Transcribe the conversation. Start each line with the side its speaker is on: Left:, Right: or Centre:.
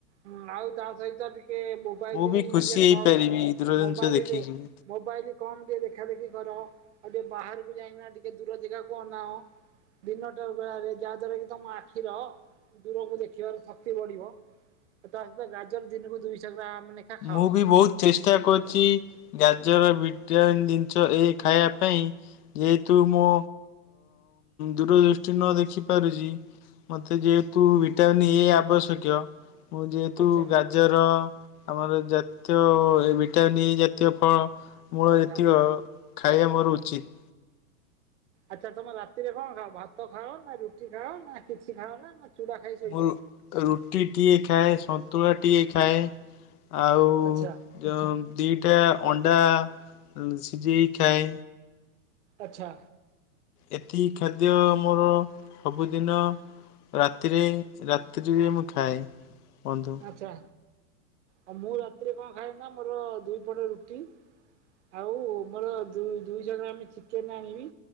Right: ହୁଁ ଆଉ ତା ସହିତ ଟିକେ ଟିକେ ମୋବାଇଲ,
Left: ମୁଁ ବି ଖୁସି
Right: ଟିକେ
Left: ହେଇପାରିବି
Right: କମ୍
Left: ଦୂର
Right: ମୋବାଇଲ,
Left: ଜିନିଷ ଦେଖିକି।
Right: ମୋବାଇଲ କମ୍ ଟିକେ ଦେଖା ଦେଖି କର, ଆଉ ଟିକେ ବାହାରକୁ କାହିଁକିନା ଟିକେ ଦୂର ଜାଗାକୁ ଅନାଅ, ଦିନଟା ବେଳାରେ, ଯାହା ଦ୍ଵାରା କି ତମ ଆଖିର, ଦୂରକୁ ଦେଖିବାର ଶକ୍ତି ବଢିବ। ତା ସହିତ ଗାଜର ଦିନକୁ ଦୁଇଶହ ଗ୍ରାମ ଲେଖା ଖାଅ
Left: ମୁଁ ବି ବହୁତ ଚେଷ୍ଟା କରୁଛି ଗାଜର ବି ଭିଟାମିନ ଜିନିଷ ଏ ଖାଇବା ପାଇଁ, ଯେହେତୁ ମୁଁ ଦୂରଦୃଷ୍ଟି ନ ଦେଖିପାରୁଛି, ମୋତେ ଯେହେତୁ ଭିଟାମିନ୍ ଏ ଆବଶ୍ୟକ। ମୁଁ ଯେହେତୁ
Right: ଆଚ୍ଛା
Left: ଗାଜର ଆମର ଜାତୀୟ, ଭଟାମିନି ଜାତୀୟ ଫଳ ମୋର
Right: ଆଚ୍ଛା।
Left: ଯେତିକ ଖାଇବା, ମୋର ଉଚିତ।
Right: ଆଚ୍ଛା ତମେ ରାତିରେ କଣ ଖାଅ? ଭାତ ଖାଅ, ନା ରୁଟି ଖାଅ, ନା କିଛି ଖାଅ, ନା ନା ଚୁଡା ଖାଇ ଶୋଇପଡ?
Left: ମୁଁ ରୁଟିଟିଏ ଖାଏ, ସନ୍ତୁଳା ଟିଏ ଖାଏ। ଆଉ
Right: ଆଚ୍ଛା
Left: ଯଉ ଦିଟା ଅଣ୍ଡା ଅଦା ସିଝେଇ ଖାଏ।
Right: ଆଛା।
Left: ଏତିକି ଖାଦ୍ୟ ମୋର ସବୁଦିନ ରାତିରେ ରାତ୍ରିରେ ମୁଁ ଖାଏ। ବନ୍ଧୁ।
Right: ଆଛା। ଆଉ ମୁଁ ରାତିରେ କଣ ଖାଏ ନା ମୋର ଦୁଇ ପଟ ରୁଟି ଆଉ ମୁଁ ରାତିରେ କଣ ଖାଏନା ମୋର ଦୁଇପଟ ରୁଟି ଆଉ ମୋର ଦୁଇଶହ ଗ୍ରାମ ଚିକେନ ଆଣିବି